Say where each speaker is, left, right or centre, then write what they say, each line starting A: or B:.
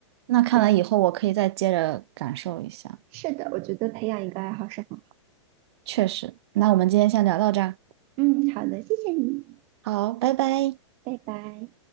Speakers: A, on the right; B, on the right.
A: 那看来以后我可以再接着感受一下，
B: 对，是的，我觉得培养一个爱好是很好。
A: 确实。那我们今天先聊到这儿，
B: 嗯，好的，谢谢你，
A: 好，拜拜。
B: 拜拜。